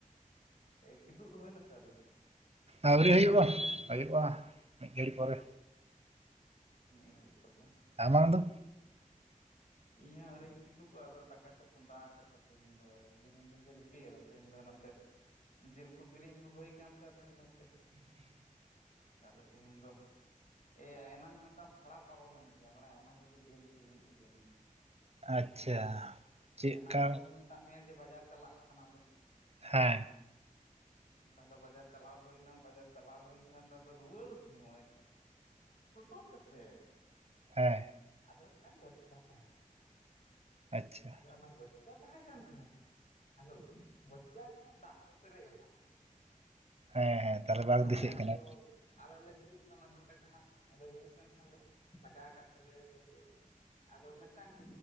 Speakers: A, on the left; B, on the right.
A: ᱠᱤᱫᱩᱜ ᱫᱚ ᱦᱩᱭᱱᱟ ᱥᱮ ᱟᱨᱤᱭᱟ?
B: ᱟᱣᱨᱤ ᱦᱩᱭᱩᱜ-ᱟ ᱦᱳᱭᱳᱜ-ᱟ ᱢᱤᱫ ᱜᱷᱟᱹᱲᱤᱡ ᱯᱚᱨᱮ᱾
A: ᱢᱤᱫ ᱜᱷᱟᱹᱲᱤᱡ ᱯᱚᱨ ᱵᱟᱝ
B: ᱟᱢᱟᱝ ᱫᱚ?
A: ᱤᱧ ᱦᱚᱸ ᱟᱣᱨᱤᱧ ᱠᱤᱫᱩᱜᱚᱜ-ᱟ ᱟᱫᱚ ᱫᱟᱠᱟ ᱠᱚ ᱪᱚᱸᱫᱟ ᱟᱠᱟᱫᱟ ᱛᱮᱦᱮᱧ ᱫᱚ ᱫᱤᱱᱟᱹᱢ ᱫᱤᱱ ᱜᱮ ᱨᱩᱼᱼ ᱴᱤ ᱛᱮᱦᱮᱧ ᱫᱚ ᱱᱟᱥᱮ ᱡᱤᱞ ᱠᱚ ᱠᱤᱨᱤᱧ ᱟᱹᱜᱩ ᱦᱩᱭ ᱠᱟᱱ ᱛᱮ ᱟᱫᱚᱧ ᱢᱮᱱᱫᱟ ᱦᱟᱯᱮᱼᱼ ᱛᱟᱦᱚᱞᱮ ᱛᱮᱦᱮᱧ ᱫᱚ ᱮᱭᱟ ᱮᱱᱟᱝ ᱢᱤᱫᱴᱟᱝᱼᱼ ᱵᱷᱟᱲᱟ ᱯᱟᱨᱚᱢᱮᱱ ᱛᱤᱧᱟ ᱵᱟᱲᱟᱭᱟᱢ ᱚᱱᱟ ᱠᱷᱟᱛᱤᱛᱮ ᱡᱤᱞ ᱠᱤᱨᱤᱧ ᱟᱹᱜᱩ ᱦᱩᱭ ᱮᱱᱟ᱾
B: ᱟᱪᱪᱷᱟ᱾ ᱪᱮᱫᱠᱟ
A: ᱮᱱᱟᱝ ᱛᱟᱣᱤᱧ ᱢᱮᱛᱟᱫ ᱢᱮᱭᱟ ᱡᱮ ᱵᱟᱡᱟᱨ ᱪᱟᱞᱟᱜ ᱠᱟᱱᱟ ᱞᱮ᱾
B: ᱦᱮᱸ
A: ᱛᱟᱦᱚᱞᱮ ᱵᱟᱡᱟᱨ ᱪᱟᱞᱟᱣ ᱦᱳᱭᱮᱱᱟ ᱵᱟᱡᱟᱨ ᱪᱟᱞᱟᱣ ᱦᱳᱭᱮᱱ ᱠᱷᱟᱱ ᱫᱚ ᱟᱫᱚ ᱨᱩᱣᱟᱹᱲ ᱥᱳᱢᱚᱡᱼᱼ ᱴᱳᱴᱳ ᱛᱮ-ᱥᱮᱼᱼ
B: ᱦᱮᱸ
A: ᱟᱫᱚ ᱢᱤᱫᱴᱟᱝ ᱜᱚᱪᱪᱟ ᱛᱟᱦᱮᱸ ᱠᱟᱱᱟ,
B: ᱟᱪᱪᱷᱟ
A: ᱟᱫᱚ ᱚᱱᱟ ᱜᱚᱪᱪᱟ ᱛᱟᱦᱮᱸ ᱠᱟᱱ ᱠᱷᱟᱱ, ᱟᱫᱚ ᱜᱚᱪᱪᱟ ᱨᱮᱦᱚᱸ ᱫᱟᱜ ᱛᱮ ᱯᱮᱨᱮᱡ ᱟᱠᱟᱱᱟ᱾
B: ᱦᱮᱸ ᱦᱮᱸ
A: ᱟ,
B: ᱵᱟᱝ
A: ᱛᱟᱦᱚᱞᱮ
B: ᱫᱤᱥᱟᱹᱜ
A: ᱟᱫᱚ
B: ᱠᱟᱱᱟ
A: ᱟᱞᱮ ᱞᱮ ᱦᱤᱡᱩᱜ ᱠᱟᱱᱟ ᱦᱟᱱᱛᱮ ᱠᱷᱚᱱᱟᱜ ᱟᱫᱚ ᱦᱤᱡᱩᱜ ᱠᱟᱱ ᱠᱷᱟᱱ ᱞᱮ ᱞᱟᱜᱟ ᱠᱟᱫ ᱛᱟᱞᱮᱭᱟ ᱴᱳ ᱟᱫᱚ ᱢᱮᱫᱴᱟᱝ,